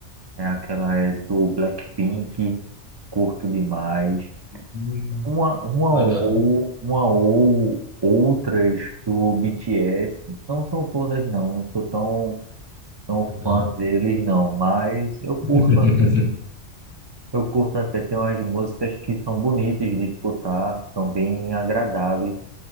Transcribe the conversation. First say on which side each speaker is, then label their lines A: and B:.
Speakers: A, on the right; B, on the right.
A: é aquelas do Blackpink, curto demais.
B: Hum,
A: Uma, uma
B: Legal.
A: ou, uma ou outras do BTS, não são todas não, não sou tão, tão
B: Legal.
A: fã deles não, mas eu curto
B: <laughs>
A: Eu curto até ter umas músicas que são bonitas de escutar, são bem agradáveis